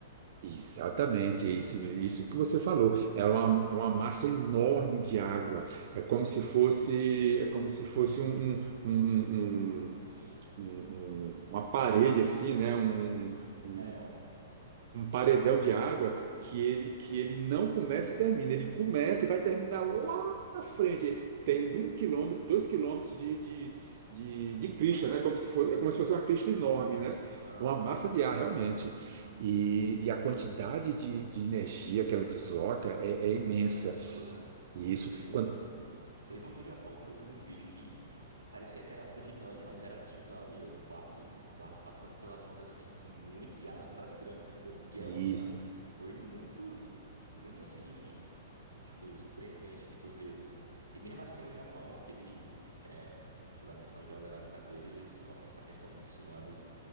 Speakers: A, on the right; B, on the right.
A: Exatamente, é isso, isso que você falou. Ela É uma, é uma massa enorme de água. É como se fosse, é como se fosse um, um- um- um- um- um- um, uma parede assim, né? Um, um- um-
B: É, ué,
A: um, um paredão de água que ele que ele não começa e termina. Ele começa e vai terminar lá na frente. Tem um quilômetro, dois quilômetros de, de, de, de crista,
B: de massa.
A: né? Como se fosse, é como se fosse uma crista enorme, né?
B: Aham,
A: É Uma massa de ar, realmente. E, e a quantidade de, de energia que ela desloca é, é imensa.
B: Absurdo, né?
A: E isso,
B: Teve,
A: quan-
B: Teve um do Japão que eu vi um vídeo que parecia que era onda gigante, mas era tsunami. é, O barco, o barco passando pelas ondas assim, tipo, muito. E as ondas grandes, entendeu? E
A: isso.
B: era um tsunami. Foi muito, muito assim, tipo, surpreendente que tu vê. E mesmo assim, o Japão, que ele, é, pela questão geográfica dele, ele sofre essa questão de tsunamis